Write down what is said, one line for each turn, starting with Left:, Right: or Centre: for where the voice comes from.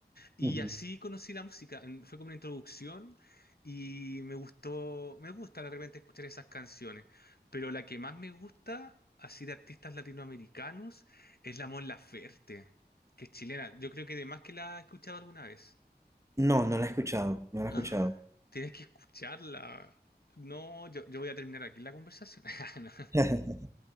Left: Y
Right: Ujú.
Left: así conocí la música, en- fue como una introducción y me gustó, me gusta de repente escuchar esas canciones, pero la que más me gusta, así de artistas latinoamericanos, es la Mon Laferte, que es chilena. Yo creo que además que la he escuchado alguna vez.
Right: No, no la he escuchado, no la
Left: ¡Ah!
Right: he escuchado.
Left: Tienes que escucharla. No, yo, yo voy a terminar aquí la conversación. <laughs> No.
Right: <laughs>